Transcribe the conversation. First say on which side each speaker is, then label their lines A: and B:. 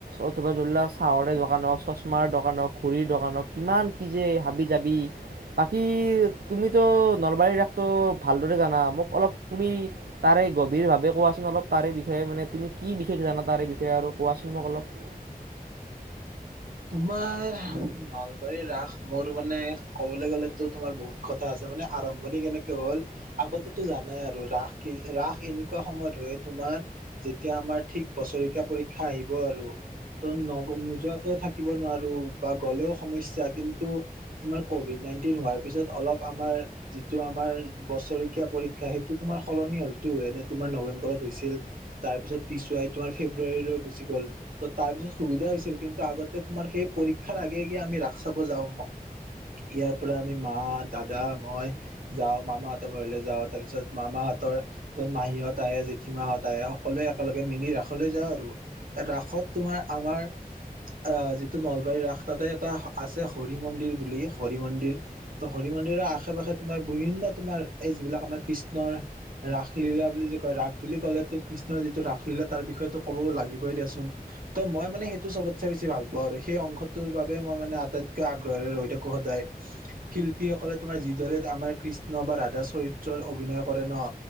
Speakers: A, on the right (about 80°); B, on the right (about 65°).
A: অথবা ধৰি লওঁক চাহৰে দোকান হওঁক। চশমাৰ দোকানৰ হওঁক, ঘড়ীৰ দোকানৰ হওঁক, কিমান কি যে হাবি জাবি বাকী তুমিতো নলবাৰী ৰাস তো ভালদৰে জানা। মোক অলপ তুমি তাৰে গভীৰভাৱে কোৱাচোন অলপ তাৰে বিষয়ে মানে তুমি কি বিশেষ জান তাৰাৰে বিষয়ে আৰু কোৱাচোন মোক অলপ।
B: তোমাৰ। নলবাৰীৰ ৰাস মোৰ মানে ক'বলৈ গ'লেতো তোমাৰ বহুত কথা আছে মানে আৰম্ভণি কেনেকৈ হ'ল। আগতেতো জানাই আৰু ৰাস কি, ৰাস এনেকুৱা সময়ত হৈ তোমাৰ যেতিয়া আমাৰ ঠিক বছৰেকীয়া পৰীক্ষা আহিব আৰু ত' নগ-নোযোৱাকৈ থা থাকিব নোৱাৰোঁ বা গ'লেও সমস্যা, কিন্তু তোমাৰ ক'ভিড নাইনটিন হোৱাৰ পিছত অলপ আমাৰ যিটো আমাৰ বছৰেকীয়া পৰীক্ষা হেইটো তোমাৰ সলনি হ'লতো, এনে তোমাৰ নৱেম্বৰত হৈছিল তাৰ পিছত পিছুৱাই তোমাৰ ফেব্ৰুৱাৰীলৈ গুচি গ'ল, ত' তাৰ পিছত সুবিধা হৈছিল কিন্তু আগত তোমাৰ সেই পৰীক্ষাৰ আগে, আগে আমি ৰাস চাব যাওঁ, ম ইয়াৰ পৰা আমি মা, দাদা, মই যাওঁ মামাহঁতৰ ঘৰলে যাওঁ, তাৰ পিছত মামাহঁত তৰ, ত' মাহীহঁত আহে, জেঠীমাহঁত আহে, সকলোৱে একেলগে মিলি ৰাসলৈ যাওঁ আৰু ৰাস সত তোমাৰ, আমাৰ অ', যিটো নলবাৰীৰ ৰাস তাতে এটা আছে হৰি মন্দিৰ বুলি, হৰি মন্দিৰ ত' হৰি মন্দিৰ আশে পাশে তোমাৰ বিভিন্ন তোমাৰ এই যিবিলাক আমাৰ কৃষ্ণৰ ৰাসলীলা বুলি যে, কয় ৰাস বুলি ক'লেতো কৃষ্ণৰ যিটো ৰাসলীলা তাৰ বিষয়েটো ক'ব লাগিবই দিয়াচোন, ত' মই মানে সেইটো চবত বেছি ভাল পাওঁ, আৰু সেই অংশটোৰ বাবে মই মানে আটাইতকৈ আগ্ৰহেৰে ৰৈ থাকোঁ সদায়। শিল্পী সকলে তোমাৰ যিদৰে আমাৰ কৃষ্ণ বা ৰাধা চৰিত্ৰত অভিনয় কৰে ন!